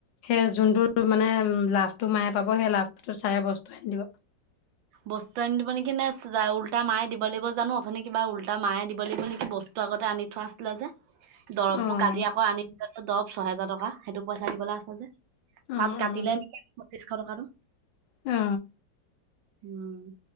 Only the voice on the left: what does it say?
সেই যোনটো মানে লাভটো মায়ে পাব সেই লাভটো চাৰে বস্তু আনি দিব।
<inaudible>
অ',
অ',
অ',
অ।